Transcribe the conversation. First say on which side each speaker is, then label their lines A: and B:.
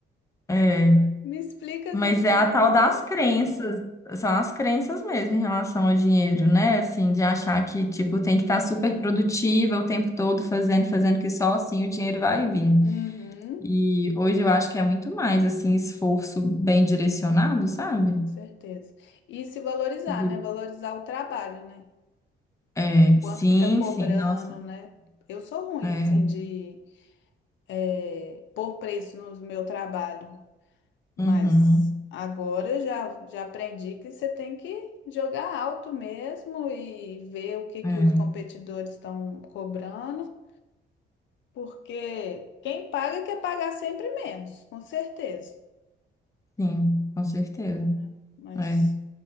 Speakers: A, on the left; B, on the left.
A: É,
B: Me explica
A: mas
B: essa situação.
A: é a tal das crenças, são as crenças mesmo em relação ao dinheiro, né? Assim, de achar que, tipo, tem que estar super produtiva o tempo todo fazendo, fazendo, que só assim o dinheiro vai vir.
B: Uhum,
A: E hoje eu acho que é muito mais, assim, esforço bem direcionado, sabe?
B: com certeza. E se valorizar,
A: Do-
B: né? Valorizar o trabalho, né?
A: É,
B: Quanto
A: sim,
B: que tá cobrando,
A: sim, nossa.
B: né? Eu sou ruim,
A: É, é,
B: assim, de eh, pôr preço no meu trabalho.
A: uhum,
B: Mas agora eu já, já aprendi que você tem que jogar alto mesmo e ver o que
A: é,
B: que os competidores estão cobrando, porque quem paga quer pagar sempre menos, com certeza,
A: sim, com certeza.
B: né? Mas
A: é.